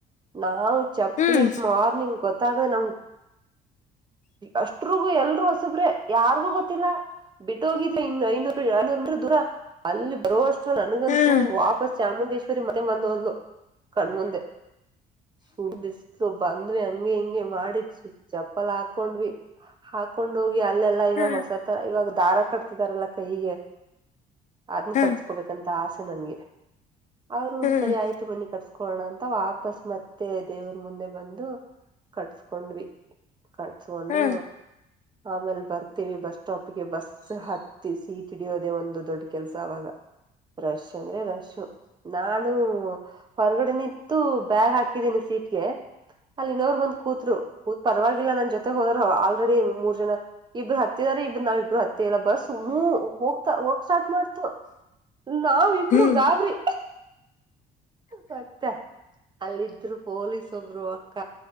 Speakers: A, on the right; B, on the left.
A: ನಾ ಚಪ್ಲಿ
B: ಹ್ಮ್
A: ಮಾರ್ನಿಂಗ್ ಗೊತ್ತಾಗದೆ ನಮ್ ಅಷ್ಟ್ರಗೂ ಎಲ್ರು ಹೋಸುಬ್ರೆ ಯಾರ್ಗೂ ಗೊತ್ತಿಲ್ಲಾ ಬಿಟ್ಟ ಹೋಗಿದ್ ಇನ್ನು ಮ ದೂರ ಅಲ್ಲಿ ಬರೋಷ್ಟ ನನಗಂತೂ
B: ಹ್ಮ್
A: ವಾಪಸ್ ಚಾಮುಂಡೇಶ್ವರಿ ಮತ್ತ ಬಂದಲು ಕಣ್ಮುಂದೆ ಸುಡ್ ಬಿಸ್ ಬಂದ್ವಿ ಹಂಗೆ ಹಿಂಗೆ ಮಾಡಿ ಚಪ್ಪಲ್ ಹಾಕೊಂಡ್ವಿ ಹಾಕೊಂಡ್ ಹೋಗಿ ಅಲ್ಲೆಲ್ಲಾ ಇವಾಗ
B: ಹ್ಮ್
A: ಹೊಸ
B: ಹ್ಮ್
A: ತರ ಇವಾಗ ದಾರ ಕಟ್ತಿದಾರಲ್ಲ ಕೈಗೆ ಅದನ್ನ
B: ಹ್ಮ್
A: ಕಟ್ಸ್ಕೋಬೇಕಂತ ಆಸೆ ನನ್ಗೆ ಅವರು
B: ಹ್ಮ್
A: ಸರಿ ಆಯ್ತು ಬನ್ನಿ ಕಟ್ಸ್ಕೊ ಕೋಣ ಅಂತ ವಾಪಸ್ ಮತ್ತೆ ದೇವ್ರ ಮುಂದೆ ಬಂದು ಕಟ್ಸ್ಕೊಂಡ್ವಿ ಕಟ್ಸ್ಕೊಂಡು
B: ಹ್ಮ್ ಹ್ಮ್
A: ಆಮೇಲೆ ಬರ್ತೀವಿ ಬಸ್ ಸ್ಟಾಪ್ಗೆ ಬಸ್ ಸ ಹತ್ತಿಸಿ ಸೀಟ್ ಹಿಡಿಯೋದೆೇ ಒಂದು ದೊಡ್ಡ ಕೆಲ್ಸ ಅವಾಗ ರಶ್ ಅಂದ್ರೆ ರಶ್ ನಾನು ಹೊರಗಡೆ ನಿತ್ತು ಬ್ಯಾಗ್ ಹಾಕಿದ್ದೀನಿ ಸೀಟ್ಗೆ ಅಲ್ಲಿ ಇನ್ನೋರುಬಂದ್ ಕೂತ್ರು ಕೂತ್ ಪರವಾಗಿಲ್ಲ ನನ್ ಜೊತೆ ಹೋದರು ಆಲ್ರೆಡಿ ಮೂರ್ ಜನ ಇಬ್ರು ಹತ್ತಿದಾರೆ ಇಬ್ರು ನಾವ ಇಬ್ರು ಹತ್ತಿ ಇಲ್ಲ ಬಸ್ ಮೂ ಹೋಗ್ತಾ ಹೋಗ್ ಸ್ಟಾರ್ಟ್ ಮಾಡ್ತು. ನಾವಿಬ್ರು
B: ಹ್ಮ್
A: ಗಾಬರಿ. ಮತ್ತೆ ಅಲ್ಲಿದ್ರು ಪೊಲೀಸ್ ಒಬ್ರು ಅಕ್ಕ.